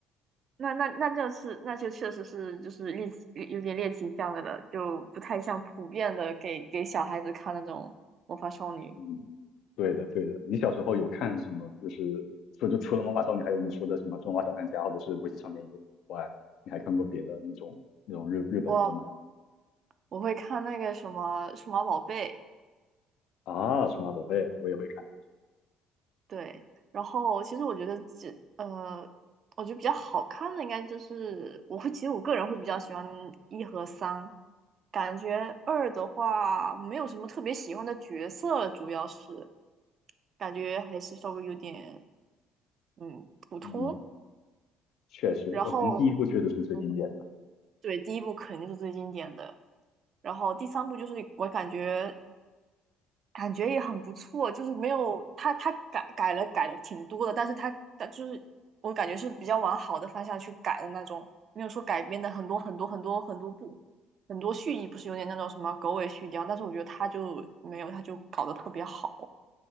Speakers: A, on the right; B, on the left.
A: 那那那就是那就确实是就是猎奇有有点猎奇向的了，就不太像普遍的给给小孩子看那种魔法少女。
B: 嗯，对的，对的。你小时候有看什么？就是除就除了魔法少女，还有你说的什么《中华小当家》或者是《围棋少年》以外，你还看过别的那种那种日日本的动漫
A: 我我会看那个什么数码宝贝。
B: 啊？数码宝贝我也会看。
A: 对，然后其实我觉得这呃，我觉得比较好看的应该就是我会，其实我个人会比较喜欢一和三，感觉二的话没有什么特别喜欢的角色，主要是感觉还是稍微有点嗯普通。
B: 嗯，确实，
A: 然后
B: 我感觉第一部确实是最经典的。
A: 嗯哼对，第一部肯定是最经典的，然后第三部就是我感觉感觉也很不错，就是没有他他改改了改了挺多的，但是他他就是我感觉是比较往好的方向去改的那种，没有说改编的很多很多很多很多部，很多续集不是有点那种什么狗尾续貂，但是我觉得他就没有，他就搞得特别好，